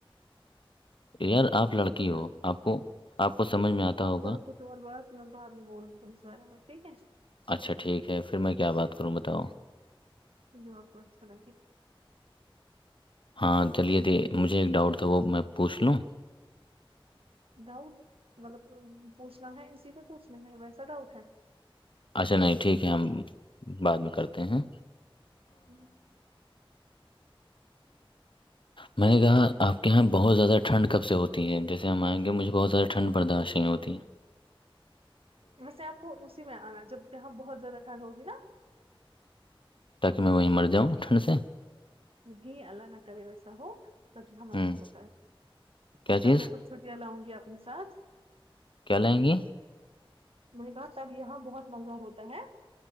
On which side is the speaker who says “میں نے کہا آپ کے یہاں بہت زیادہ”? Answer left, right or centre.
Left